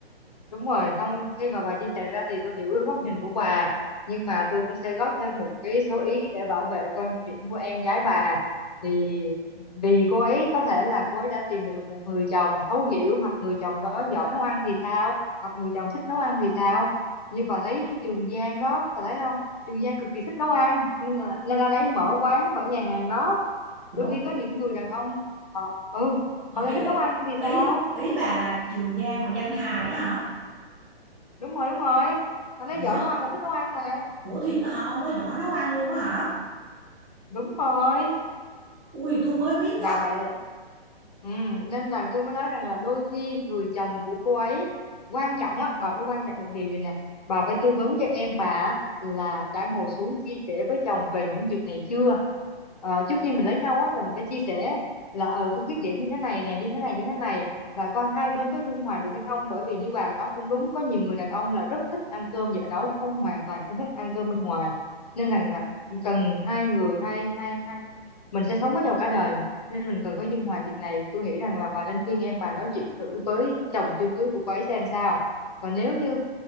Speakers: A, on the left; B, on the right.
A: Đúng rồi, không khi mà bà chia sẻ ra thì tôi hiểu cái góc nhìn của bà, nhưng mà tôi cũng sẽ góp thêm một cái số ý để bảo vệ quan điểm của em gái bà. Thì vì cô ấy có thể là cô ấy đã tìm được một người chồng thấu hiểu hoặc người chồng đó giỏi nấu ăn thì sao, hoặc người chồng thích nấu ăn thì sao. Như bà thấy Trường Giang đó, bà thấy không? Trường Giang cực kỳ thích nấu ăn nên là nên là lấy mở quán, mở nhà hàng đó.
B: Ủa,
A: Đôi khi
B: ý,
A: có những người đàn ông họ ừ, họ lại
B: ý,
A: thích nấu ăn thì
B: ý
A: sao?
B: ý bà là Trường Giang mà danh hài á hả
A: đúng rồi đúng rồi anh ấy
B: Ủa
A: giỏi nấu ăn mà thích nấu ăn mà
B: Ủa thiệt á hả? Ông đó giỏi nấu ăn luôn á hả?
A: đúng rồi
B: Ui tôi mới biết
A: và
B: á.
A: bà để ừ, nên là tôi mới nói rằng là đôi khi người chồng của cô ấy quan trọng á bà phải quan trọng một điều gì nè bà phải tư vấn cho em bà á, là đã ngồi xuống chia sẻ với chồng về những việc này chưa Ờ, trước khi mình lấy nhau á là mình phải chia sẻ là ờ tôi khuyết điểm như thế này nè như thế này như thế này và coi hai bên có dung hòa được hay không bởi vì như bà nói cũng đúng có nhiều người đàn ông là rất thích ăn cơm vợ nấu không hoàn toàn không thích ăn cơm bên ngoài nên rằng là cần hai người hai hai hai mình sẽ sống với nhau cả đời mà nên mình cần phải dung hòa chuyện này tôi nghĩ rằng là bà nên khuyên em bà nói chuyện thử với chồng chưa cưới của cô ấy xem sao và nếu như